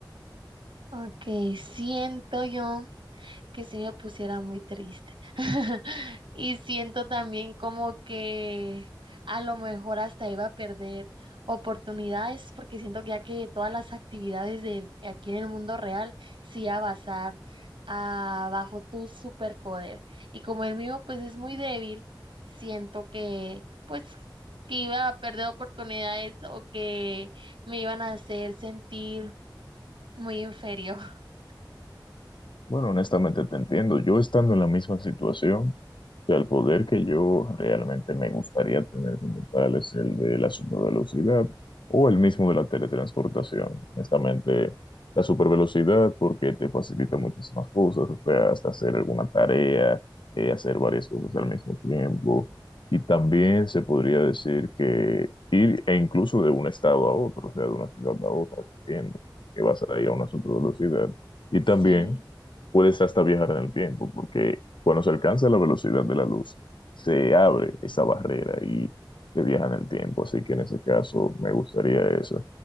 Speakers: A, on the right; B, on the left.
A: ok, siento yo. que sí me pusiera muy triste. <laughs> Y siento también como que a lo mejor hasta iba a perder oportunidades, porque siento que ya que todas las actividades de aquí en el mundo real sí iba a basar a- bajo tu superpoder. Y como el mío pues es muy débil, siento que pues que iba a perder oportunidades o que me iban a hacer sentir muy inferior. <laughs>
B: Bueno, honestamente te entiendo. Yo estando en la misma situación, o sea, el poder que yo realmente me gustaría tener como tal es el de la supervelocidad o el mismo de la teletransportación. Honestamente, la supervelocidad porque te facilita muchísimas cosas, o sea, hasta hacer alguna tarea, eh, hacer varias cosas al mismo tiempo. Y también se podría decir que ir e incluso de un estado a otro, o sea, de una ciudad a otra, corriendo, que vas a ir a una supervelocidad. Y
A: Sí,
B: también puedes hasta viajar en el tiempo, porque cuando se alcanza la velocidad de la luz, se abre esa barrera y se viaja en el tiempo. Así que en ese caso me gustaría eso.